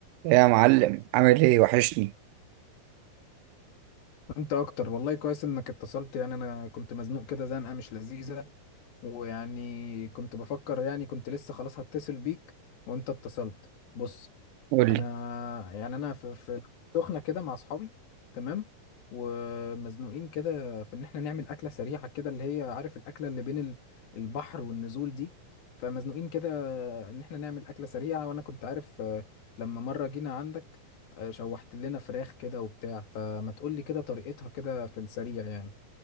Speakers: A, on the right; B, on the left.
A: يا <laughs> معلم عامل ايه وحشني
B: انت اكتر والله كويس انك اتصلت يعني انا كنت مزنوق كده زنقه مش لذيذه ويعني كنت بفكر يعني كنت لسه خلاص هتصل بيك وانت اتصلت بص
A: قول
B: انا
A: لي
B: يعني انا في في سخنة كده مع اصحابي تمام ومزنوقين كده في ان احنا نعمل اكلة سريعة كده اللي هي عارف الاكلة اللي بين ال- البحر والنزول دي فمزنوقين كده ان احنا نعمل اكلة سريعة وانا كنت عارف آه، لما مرة جينا عندك آه، شوحت لنا فراخ كده وبتاع فما تقولي كده طريقتها كده في السريع يعني